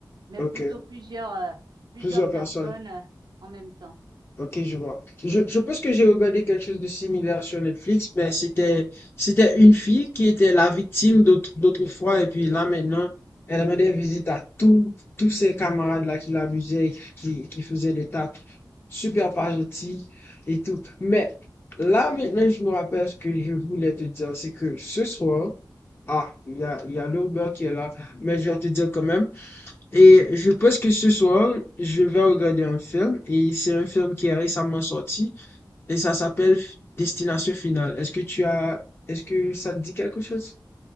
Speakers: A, on the right; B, on the left.
A: mais
B: ok.
A: plutôt plusieurs, euh, plusieurs
B: Plusieurs
A: personnes
B: personnes.
A: euh, en même temps.
B: Ok, je vois. Je, je pense que j'ai regardé quelque chose de similaire sur Netflix, mais c'était c'était une fille qui était la victime d'autre- d'autrefois, et puis là maintenant, elle rendait visite à tous tous ses camarades là qui l'abusaient, qui, qui faisaient des tacles super pas gentils et tout. Mais là maintenant, je me rappelle ce que je voulais te dire, c'est que ce soir, ah, il y a, il y a l'Uber qui est là, mais je vais te dire quand même. Et je pense que ce soir, je vais regarder un film et c'est un film qui est récemment sorti et ça s'appelle Destination Finale. Est-ce que tu as, est-ce que ça te dit quelque chose?